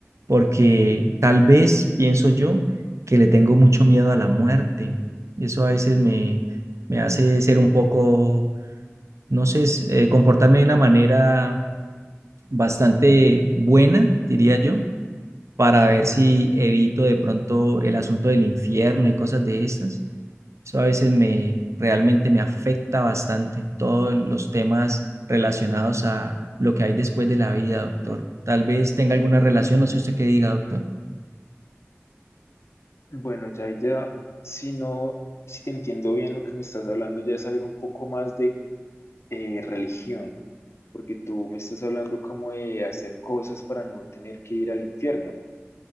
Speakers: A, on the right (about 80°); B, on the left (about 65°).
A: porque tal vez pienso yo que le tengo mucho miedo a la muerte. Y eso a veces me, me hace ser un poco, no sé, s- eh, comportarme de una manera bastante buena, diría yo, para ver si evito de pronto el asunto del infierno y cosas de estas. Eso a veces me realmente me afecta bastante todos los temas relacionados a lo que hay después de la vida, doctor. Tal vez tenga alguna relación, no sé usted qué diga, doctor.
B: Bueno, ya, ya, si no, si te entiendo bien lo que me estás hablando, ya es algo un poco más de eh, religión, porque tú me estás hablando como de hacer cosas para no tener que ir al infierno.